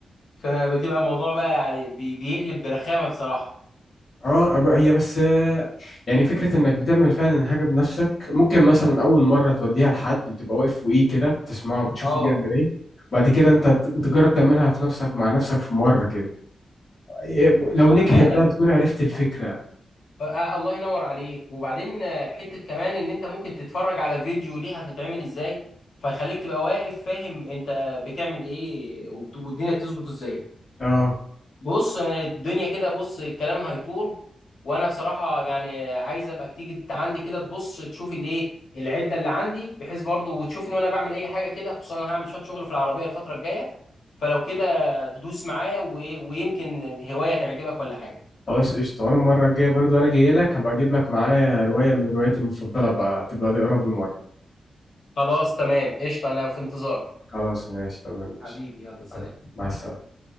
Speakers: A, on the left; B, on the left.
A: فبتبقى الموضوع بقى يعني بي- بيقلب برخامه بصراحه
B: اه أب- هي بس آه، يعني فكرة انك بتعمل فعلا حاجة بنفسك ممكن مثلا اول مرة توديها لحد وتبقى واقف فوقيه كده بتسمعه بتشوفه
A: اه
B: بيعمل ايه وبعد كده انت ت- تجرب تعملها في نفسك مع نفسك في مرة كده إيه، لو نجحت
A: آه، فعلا
B: بقى بتكون عرفت الفكرة
A: آه، آه، الله ينور عليك وبعدين آه، حتة كمان ان انت ممكن تتفرج على فيديو ليها بتتعمل ازاي فيخليك تبقى واقف فاهم انت بتعمل ايه وبت- والدنيا تظبط ازاي
B: اه
A: بص آه، الدنيا كده بص الكلام هيطول وانا بصراحة يعني عايز ابقى تيجي انت عندي كده تبص تشوف الايه العدة اللي عندي بحيث برضو وتشوفني وانا بعمل اي حاجة كده خصوصا انا هعمل شوية شغل في العربية الفترة الجاية فلو كده دوس معايا و- ويمكن هواية تعجبك ولا حاجة
B: خلاص قشطة وأنا المرة الجاية برضو أنا جاي لك هبقى أجيب لك معايا رواية من رواياتي المفضلة بقى تبقى تقراها بالمرة
A: خلاص تمام قشطة انا في انتظارك
B: خلاص ماشي تمام ماشي
A: حبيبي يلا سلام
B: أنا مع السلامة